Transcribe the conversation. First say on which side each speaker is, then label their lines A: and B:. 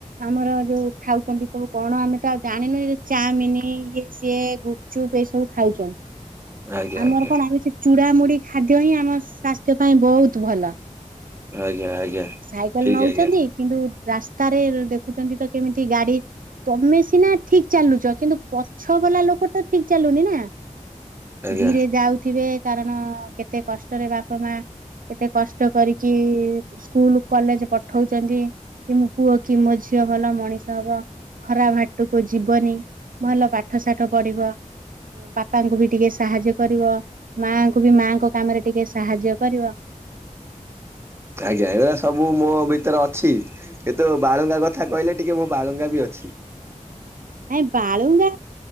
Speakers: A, on the right; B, on the right.
A: ଆମର ଯୋଉ ଖାଉଛନ୍ତି ସବୁ କଣ ଆମେ ତ ଆଉ ଜାଣିନୁ ଚାମିନ ସିଏ ଗୁପ୍ ଚୁପ୍ ଏ ସବୁ ଖାଉଛନ୍
B: ଆଜ୍ଞା
A: ଆମର
B: ଆଜ୍ଞା
A: କଣ ଆମେ ସେ ଚୁ ମୁୁଡ଼ାମୁଢ ଖାଦ୍ୟ ହିଁ ଆମ ସ୍ୱାସ୍ଥ୍ୟ ପାଇଁ ବହୁତ ଭଲ।
B: ଆଜ୍ଞା ଆଜ୍ଞା।
A: ସାଇକେଲ
B: ଠିକ
A: ନଉଛନ୍ତି
B: ଆଜ୍ଞା
A: କିନ୍ତୁ ରାସ୍ତାରେ ଦେଖୁଛନ୍ତି ତ କେମିତି ଗାଡି। ତମେ ସିନା ଠିକ୍ ଚାଲୁଛ କିନ୍ତୁ ପଛ ବାଲା ଲୋକଟା ଠିକ୍ ଚାଲୁନି ନା
B: ଆଜ୍ଞା
A: ଧୀରେ ଯାଉଥିବେ କାରଣ କେତେ କଷ୍ଟରେ ବାପା ମାଆ ଏତେ କଷ୍ଟ କରିକି ସ୍କୁଲ କଲେଜ ପଠଉଛନ୍ତି। କି ମୋ ପୁଅ କି ମୋ ଝିଅ ଭଲ ମଣିଷ ହବ। ଖରାପ ବାଟକୁ ଯିବନି ଭଲ ପାଠ ସାଠ ପଢିବ ବାପାଙ୍କୁ ବି ଟିକେ ସାହାଯ୍ୟ କରିବ ମାଙ୍କୁ ବି ମାଙ୍କ କାମରେ ଟିକେ ସାହାଯ୍ୟ କରିବ ଟି।
B: ଆଜ୍ଞା ଏରା ସବୁ ମୋ ଭିତରେ ଅଛି କିନ୍ତୁ ବାଳୁଙ୍କା କଥା କହିଲେ ଟିକେ ମ ବାଳୁଙ୍ଗା ବି ଅଛି।
A: ନାଇଁ ବାଳୁଙ୍ଗା